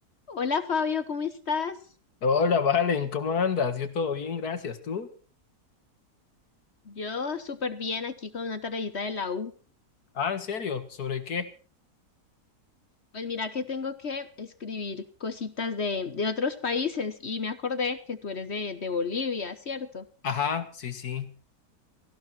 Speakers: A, on the left; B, on the left.
A: Hola Fabio, ¿cómo estás?
B: Hola, Valen, ¿cómo andas? Yo todo bien, gracias. ¿Tú?
A: Yo súper bien aquí con una tareita de la U.
B: Ah, ¿en serio? ¿Sobre qué?
A: Pues mira que tengo que escribir cositas de, de otros países y me acordé que tú eres de, de Bolivia, ¿cierto?
B: Ajá, sí, sí.